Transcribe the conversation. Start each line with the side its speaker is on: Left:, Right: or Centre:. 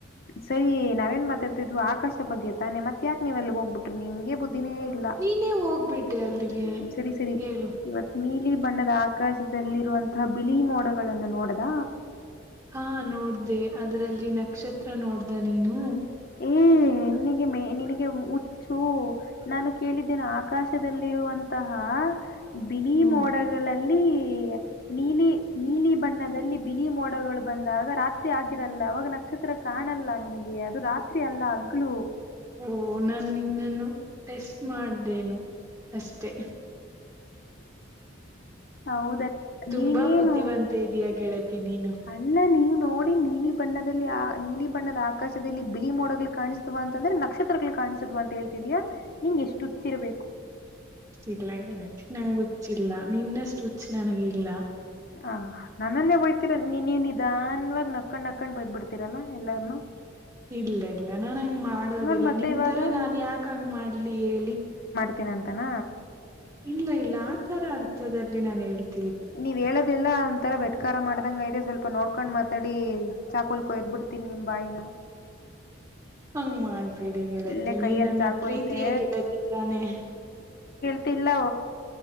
Left: ಸರಿ ನಾವೇನ್ ಮಾತಾಡ್ತಿದ್ವಿ ಆಕಾಶ ಬಗ್ಗೆ ತಾನೆ ಮತ್ತ ಯಾಕೆ ನೀವೆಲ್ಲಿ ಹೋಗ್ಬಿಟ್ರಿ ನಿಮ್ಗೆ ಬುದ ದಿನೇ ಇಲ್ಲ
Right: ನೀನೇ ಹೋಗ್ಬಿಟ್ಟೆ ಅಲ್ಲಿಗೆ
Left: ಹ್ಮ್ ಸರಿ ಸರಿ
Right: ಹೇಳು
Left: ಇವತ್ತು ನೀಲಿ ಬಣ್ಣದ ಆಕಾಶದಲ್ಲಿರುವಂತಹ ಬಿಳಿ ಮೋಡಗಳನ್ನು ನೋಡದ
Right: ಹಾ ನೋಡ್ದೆ ಅದ್ರಲ್ಲಿ ನಕ್ಷತ್ರ ನೋಡ್ದ ನೀನು
Left: ಹ್ಮ ನನ್ನಿಗೆ ಮೇ ನಿನಗೆ ಹುಚ್ಚು ನಾನು ಕೇಳಿದ್ದೇನೆ ಆಕಾಶದಲ್ಲಿರುವಂತಹ ಬಿಲಿ
Right: ಹ್ಮ್
Left: ಮೋಡಗಳಲ್ಲಿ
Right: <unintelligible>
Left: ನೀಲಿ ನೀಲಿ ಬಣ್ಣದಲ್ಲಿ ಬಿಳ ಮೋಡಗಳು ಬಂದಾಗ ರಾತ್ರಿ ಆಗಿರಲ್ಲ ಅವಾಗ ನಕ್ಷತ್ರ ಕಾಣಲ್ಲ ನಿನಗೆ ಅದು ರಾತ್ರಿ ಅಲ್ಲ ಹಗ್ಲು
Right: ಓ ನಾನು ಇನ್ನನ್ನು ಟೆಸ್ಟ್ ಮಾಡ್ದೇನು ಅಷ್ಟೆ
Left: ಹೌದ
Right: ತುಂಬಾ
Left: ನೀವೇನು
Right: ಬುದ್ಧಿವಂತ ಇದೀಯ ಗೆಳತಿ ನೀನು
Left: ಅಲ್ಲ ನೀವು ನೋಡಿ ನೀಲಿ ಬಣ್ಣದಲ್ಲಿ ನೀಲಿ ಬಣ್ಣದ ಆಕಾಶದಲ್ಲಿ ಬಿಳಿ ಮೋಡಗಳು ಕಾಣಿಸಾ ಅಂತಂದ್ರೆ ನಕ್ಷತ್ರಗಳು ಕಾಣ ಕಾಣಿಸುದು ಅಂತ ಹೇಳ್ತೀವ್ಯಾಾ ನಿಂಗ ಎಷ್ಟು ಹುಚ್ಚಿರಬೇಕು
Right: ಇಲ್ಲಲ್ಲ ನಂಗ ಹುಚ್ಚಿಲ್ಲ ನಿನ್ನಷ್ಟು ಹುಚ್ ನನಗ ಇಲ್ಲ
Left: ಹ ನನ್ನನ್ನೇ ಹೋಯ್ತೀರ ನೀವ್ ನಿಧಾನವಾಗಿ ನಕಂಡ್ ನಕಂಡ್ ಬದ್ಬಿಡ್ತೀರಲ್ಲಾ ಎಲ್ಲಾರ್ನು
Right: ಇಲ್ಲ ಇಲ್ಲ ನಾ ಹಂಗ ಮಾಡೋದಿಲ್ಲ
Left: ನೋಡ್ ಮತ್ತೆ
Right: ನಿಮ
Left: ಇವಾಗ
Right: ತರ ನಾನ್ ಯಾಕ ಹಂಗ ಮಾಡ್ಲಿ ಹೇಳಿ
Left: <unintelligible> ಅಂತಾನ
Right: ಇಲ್ಲ ಇಲ್ಲ ಆ ತರ ಅರ್ಥದಲ್ಲಿ ನಾನನ್ ಹೇಳ್ತೀನಿ
Left: ನೀವ್ ಹೇಳದ ಇದೆಲ್ಲ ಒಂಂತರ ವೆಟ್ಕಾರ ಮಾಡ್ದಂಗ ಇದೆ ಸ್ವಲ್ಪ ನೋಡ್ಕೊಂಡ್ ಮಾತಾಡಿ ಚಾಕೋಲ್ಕಯ್ದ್ ಬಿಡ್ತೀಿ ನಿಮ್ ಬಾಯಿನ
Right: ಹಂಗಮ ಪೇಡಿ ಗೆಳತೀನಿ
Left: ಇಲ್ಲೇ ಕೈಯಲ್ಲಿ
Right: ನನ್ನ
Left: ಚಾಕು
Right: ಪ್ರೀತಿಯ
Left: ಐತೆ
Right: ಗೆಳತಿದ್ದಾನೆ
Left: ಮತ್ತ ಇಲ್ಲ್ಮ